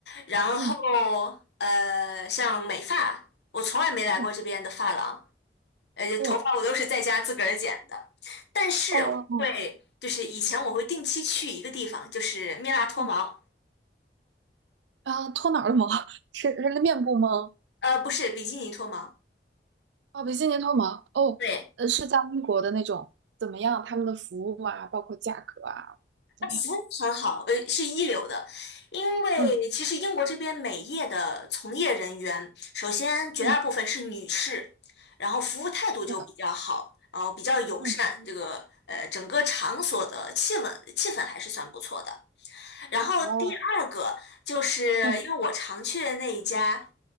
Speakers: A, on the left; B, on the right.
A: 然后，
B: 嗯
A: 呃，像美发，我从来没来过这边的发廊，
B: 嗯，
A: 而且头发我都是在家自个儿剪的。
B: 哦。
A: 但是我会，
B: 哦哦哦，
A: 就是以前我会定期去一个地方，就是蜜蜡脱毛。
B: 嗯啊，脱哪儿的毛？<laughs> 是是面部吗？
A: 呃，不是比基尼脱毛。
B: 哦，比基尼脱毛。哦，
A: 对，
B: 呃，是在英国的那种，怎么样？他们的服务啊，包括价格啊，怎么样？
A: 服务很好，呃，是一流的。因为其实英国这边美业的从业人员，
B: 嗯
A: 首先绝大部分是女士，
B: 嗯，
A: 然后服务态度就比较好，
B: 是的，
A: 然后比较友善，
B: 嗯
A: 这个呃整个场所的气氛气氛还是算不错的。然后第二个就是因为我常去的那一家，
B: 哦，嗯